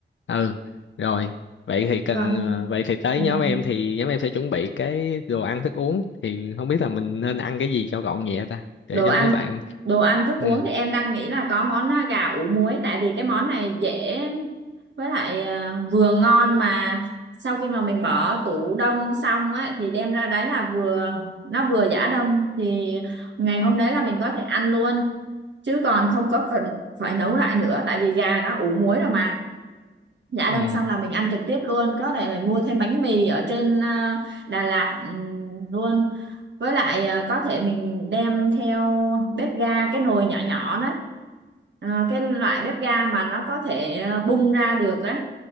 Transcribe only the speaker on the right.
còn
ừ.
đồ
ăn
đồ ăn thức
uống thì em đang nghĩ là có món à, gà ủ muối tại vì cái món này dễ với lại à, vừa ngon mà sau khi mà mình bỏ tủ đông xong á thì đem ra đấy là vừa nó vừa giã đông thì ngày hôm đấy là mình có thể ăn luôn chứ còn không có cần phải nấu lại nữa tại vì gà nó ủ muối rồi mà Dạ
đông xong là mình ăn trực tiếp luôn Có thể mình mua thêm bánh mì ở trên à, Đà Lạt ừm, luôn Với lại à, có thể mình đem theo bếp ga Cái nồi nhỏ nhỏ đấy Ờ, Cái loại bếp ga mà nó có thể à, bung ra được á